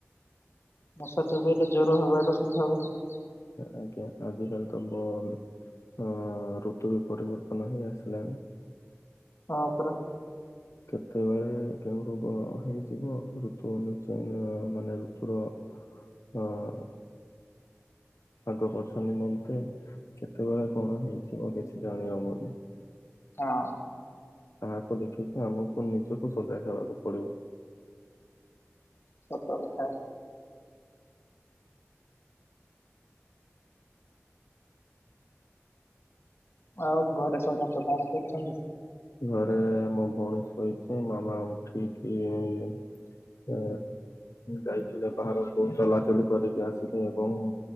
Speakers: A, on the left; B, on the left.
A: ମଶା ଚୋବେଇଲେ ଜ୍ୱର ହେବାର ସମ୍ଭାବନା
B: ଆଜ୍ଞା ଆଜିିକାଲି ତ ବ ଅ ଋତୁ ବି ପରିବର୍ତ୍ତନ ହେଇ ଆସିଲାଣି।
A: ହଁ ପରା।
B: କେତେବେଳେ କେଉଁ ରୋଗ ହେଇଯିବ ଋତୁ ଅନୁଯାୟୀ ଅ ମାନେ ଋତୁର ଅ ଆଗପଛ ନିମନ୍ତେ କେତେବେଳେ କଣ ହେଇଯିବ କିଛି ଜାଣି ହବନି।
A: ହାଁ।
B: କାହାକୁ ଦେଖିକି ଆମକୁ ନିଜକୁ ସଜାଗ ହେବାକୁ ପଡିବ।
A: ସତ କଥା। ଆଉ ଘରେ ସମସ୍ତେ କଣ କରୁଛନ୍ତି?
B: ଘରେ ମୋ ଭଉଣୀ ଶୋଇଛି ମାମା ଉଠିକି ଇ ଆ ଯାଇଥିଲେ ବାହାରକୁ ଚଲାଚଲି କରିକି ଆସିଲେ ଏବଂ